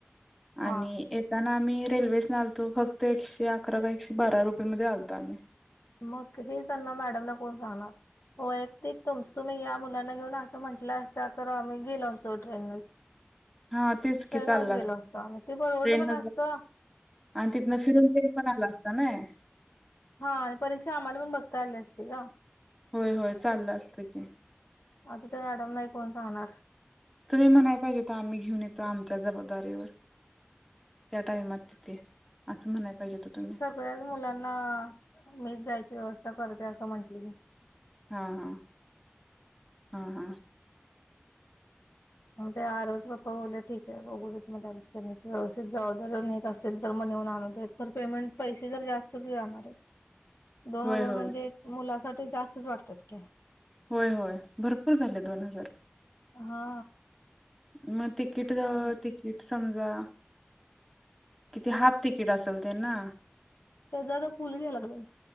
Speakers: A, on the left (about 70°); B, in the centre.
A: हा
B: आणि येत ताना आम्ही रेल्वेसन आलतो फक्त एकशे अकरा का एकशे बारा रुपये मध्ये आलतो आम्ही.
A: मग हे त्यांना मॅडमना कोण सांगणार व्यय क्तिक तुमचं तुम्ही या मुलांना घेऊन असं म्हटल्या असत्या तर आम्ही गेलो असतो ट्रेन नीच
B: हा तेच
A: ट्रेन
B: की चालला
A: नच
B: असता
A: गेलो असती आम्ही ते परवडलं
B: ट्रेन
A: पण असत
B: आणि तिथनं फिरून तेन पण आला असता नय.
A: हा आणि परीक्षा आम्हाला पण बघता आली असती ग
B: होय होय चाललं असत की,
A: आता त्या मॅडम ना हे कोण सांगणार.
B: तुम्ही म्हणाय पाहिजे होत आम्ही घेऊन येतो आमच्या जबाबदारीवर त्या टाइमात तिथे असं म्हणाय पाहिजे होत तुम्ही
A: सगळ्याच मुलांना, मीच जायची व्यवस्था करते असं म्हंटली की
B: हा हा हा हा.
A: म ते आरव चे पप्पा बोलले ठीकये, बघू देत म त्यांच त्यांनीच, व्यवस्थित जबाबदारी नेत असतील तर मग नेऊन आणू देत तर पेमेंट पैसे तर जास्तच जाणार येत दोन
B: होय
A: हजार
B: होय
A: म्हणजे मुलासाठी जास्तच वाटतात ते
B: होय होय भरपूर झाले दोन हजार
A: हा
B: म टिकिट
A: हा
B: दव टिकिट सम जा किती हाफ तिकीट असल ते ना
A: त्याजा आता फुल घ्याय लागलंय.